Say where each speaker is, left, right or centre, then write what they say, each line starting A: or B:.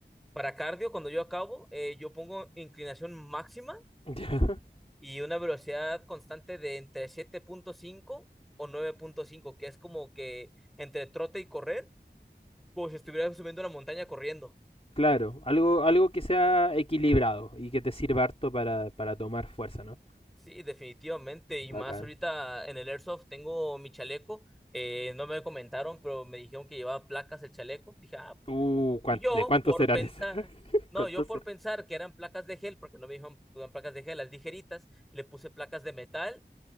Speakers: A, in the centre; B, on the left.
A: para cardio, cuando yo acabo, eh, yo pongo inclinación máxima
B: Ya, <laughs>
A: y una velocidad constante de entre siete punto cinco o nueve punto cinco que es como que entre trote y correr, como si estuviera subiendo una montaña corriendo.
B: Claro, algo, algo que sea equilibrado y que te sirva harto para, para tomar fuerza, ¿no?
A: Sí, definitivamente. Y
B: Bacán.
A: más ahorita en el Airsoft tengo mi chaleco. eh, no me comentaron, pero me dijeron que llevaba placas el chaleco. Dije, ah,
B: Uh, ¿cuán-
A: y yo
B: ¿de cuánto
A: por
B: serán
A: pensar,
B: esas? <laughs>
A: no,
B: ¿Cuánto
A: yo
B: serán?
A: por pensar que eran placas de gel, porque no me dijeron que eran placas de gel, las ligeritas, le puse placas de metal